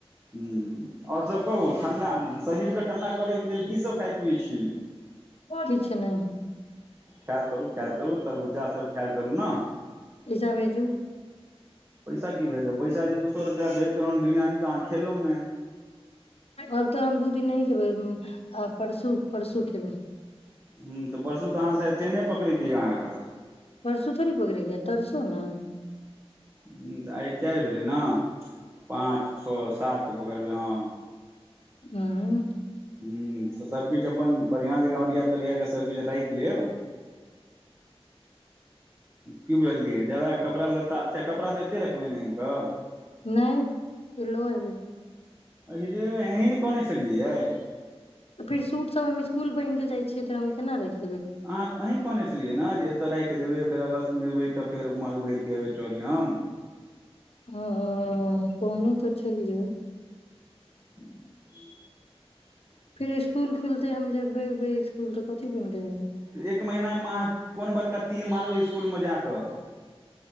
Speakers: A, on the right; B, on the left.
A: ह्म आओरसभ कहू ठण्ढा शरीरके ठंढा करयके लेल कीसभ खाइ पियै छियै
B: किछु नहि
A: कायल करू कायल करू रो तरबुज्जा सब खायल करू ने
B: पैसाभेजू
A: पैसा की भेजब पैसा जे दुस दु सौ रुपआ भेज देलौहन बिरियान तऽ अहांके खेलौ नै
B: आब तऽ हम दू दिन नहि खेबै आ परसू परसू खेबै
A: हँ तऽ परसू तऽ अहाँ शायद ट्रेने पकड़यके यए अहाँक
B: परसू थोरी पकड़े के तरसो न
A: ह्म्म तऽ आइ चारि भेलै न पाँच छौ सातकेँ पकड़बै हँ
B: हूं
A: हं तऽ सबकिछ अपन बढ़िआं जकाँ ओरिया तरिया कऽ सबकिछ राइख लेब की बुझलियै जादा कपड़ा लत्त अच्छा कपड़ा तऽ एते रखबै ने आनि कऽ
B: नहि ल' एबै
A: अहीरे बंही अहिं ने कहने छलियैै यै
B: तऽ फिर सूट सब हम स्कूल पहिन केऽ जाइ छी के त' हम केना रख
A: अहाँ अही कहने छलियै न जे एतय राखि देबै फेर अगस्त मे एबै तऽ फेर उमहरसं भरिके एबै ट्रोली हम
B: ह कहने तऽ छलियै
A: <inaudible>
B: फिर स्कूल ख खुलते हम जेबै उबै स्कूल तऽ कथी बन के जेबै
A: तऽ एक महिनामे अहाँ कोन बड़का तीर मारबै इ सकुलमे जा कऽ